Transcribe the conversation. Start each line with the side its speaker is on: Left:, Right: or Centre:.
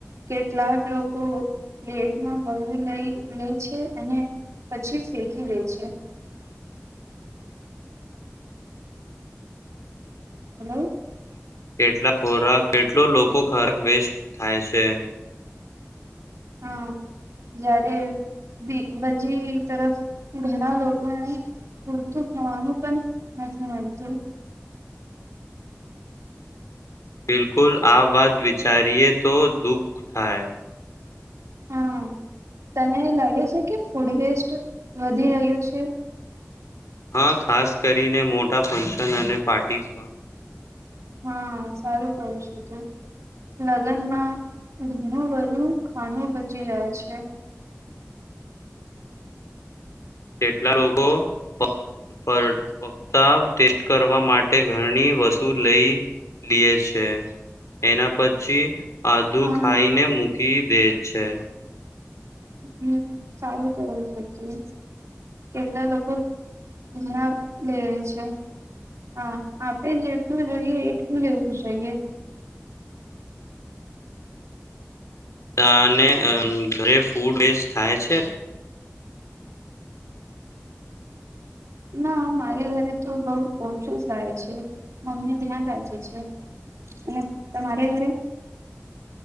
Right: કેટલાક લોકો પ્લેટમાં વળું લઈ લે છે અને પછી ફેકી દે છે. હલો.
Left: કેટલા ખોરાક કેટલો લોકો ખરાક વેસ્ટ થાય છે.
Right: હા જ્યારે બી બજી તરફ ઘણા લોકોને પૂરતું ખવાનું પણ નથી મળતું.
Left: બિલકુલ આ વાત વિચારીએ તો દુઃખ થાય.
Right: હા તને એ લાગે છે, કે ફૂડ વેસ્ટ વધી રહ્યો છે?
Left: હા ખાસ કરીને મોટા ફંક્શન, અને પાર્ટીસમાં.
Right: હા સારું કરું છું, તું લગ્નમાં ઘણું બધું ખાણું બચી જાય છે.
Left: કેટલા લોકો ફ ફક્ત ટેસ્ટ કરવા માટે ઘણી વસ્તુ લઈ લીયે છે, એના પછી આદું
Right: હા
Left: ખાઈ ને મુ મૂકી દે છે.
Right: હમ સારું કરવું છે તું કેટલા લોકો ઘણા લે છે, હા આપે જેટલું જોઈએ એટલું લેવું જોઈએ.
Left: ત અને અ ઘરે ફૂડ વેસ્ટ થાય છે?
Right: ના મારે ઘરે તો બહુ ઓછું થાય છે, મમ્મી ધ્યાન રાખે છે, અને તમારે ઘરે?